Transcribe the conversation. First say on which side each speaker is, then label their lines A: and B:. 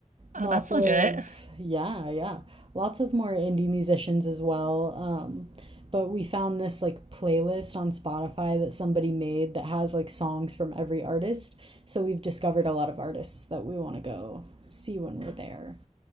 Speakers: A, on the right (about 80°); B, on the right (about 45°).
A: Oh,
B: Lots
A: that's legit.
B: of, yeah, yeah. Lots of more indie musicians as well. Um, but we found this like playlist on Spotify that somebody made that has like songs from every artist. So we've discovered a lot of artists that we want to go see when we're there.